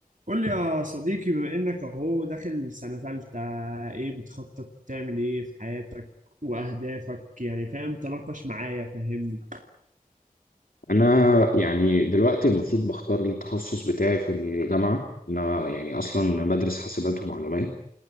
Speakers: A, on the right; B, on the left.
A: قول لي يا صديقي بما انك اهو داخل سنة تالتة ايه بتخطط تعمل ايه في حياتك واهدافك يعني فاهم تناقش معايا فهمني
B: انا يعني دلوقتي المفروض بختار التخصص بتاعي في الجامعه انا يعني اصلا بدرس حاسبات ومعلومات